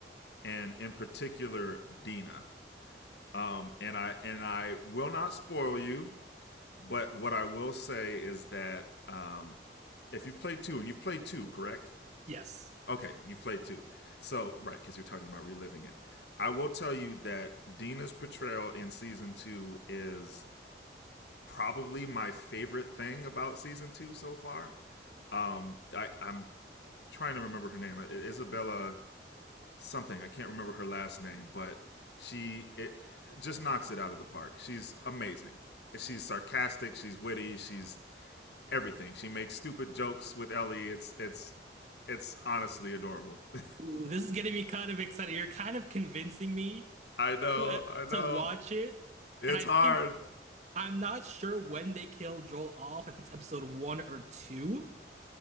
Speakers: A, on the left; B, on the right.
A: and in particular Dina. Um, and I and I will not spoil you, but what I will say is that um, if you've played two, and you've played two, correct?
B: Yes.
A: Okay, you've played two. So right, because you're talking about reliving it. I will tell you that Dina's portrayal in season two is probably my favorite thing about season two so far. Um, I, I'm trying to remember her name, Isabella something. I can't remember her last name, but she it, it just knocks it out of the park. She's amazing. She's sarcastic. She's witty. She's everything. She makes stupid jokes with Ellie. It's it's it's honestly adorable. <laughs>
B: Ooh, this is getting me kind of excited. You're kind of convincing me
A: I know.
B: to uh,
A: I know.
B: to watch it,
A: It's
B: and I
A: hard.
B: think I'm not sure when they kill Joel off, if it's episode one or two.